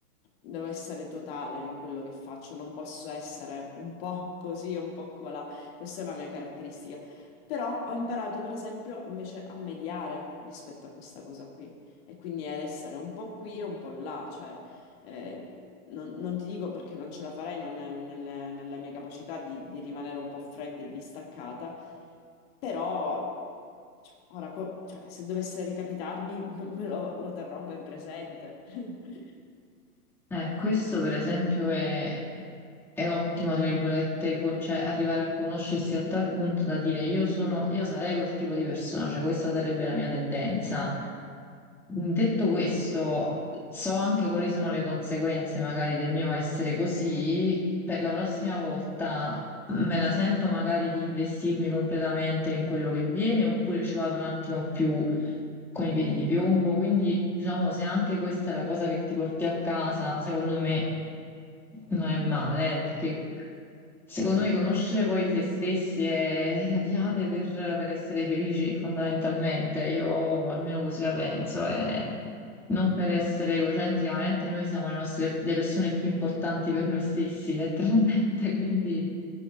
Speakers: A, on the left; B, in the centre.
A: devo essere totale in quello che faccio, non posso essere un po' così o un po' colà. Questa è una mia caratteristica. Però ho imparato, per esempio, invece a mediare rispetto a questa cosa qui e quindi ad essere un po' qui e un po' là, cioè eh, non, non ti dico perché non ce la farei, non è nelle- nella mia capacità di, di rimanere un po' fredda e distaccata, però cioè, ora, co- cioè, se dovesse ricapitarmi, <laughs> me lo, lo terrò ben presente. <laughs>
B: Eh, questo per esempio è, è ottimo, tra virgolette, co- cioè arrivare a conoscersi a tal punto da dire io sono, io sarei quel tipo di persona, cioè questa sarebbe la mia tendenza. Mm, Detto questo, so anche quali sono le conseguenze magari del mio essere così, per la prossima volta me la sento magari di investirmi completamente in quello che viene oppure ci vado un attimo più con i piedi di piombo. Quindi, diciamo, se anche questa è la cosa che ti porti a casa, secondo me non è male, eh, perché secondo me conoscere poi se stessi è la chiave per, per essere felici, fondamentalmente. Io almeno così la penso. E... Non per essere egocentrica, veramente noi siamo le nostre- le persone più importanti per noi stessi, letteralmente, <laughs> quindi...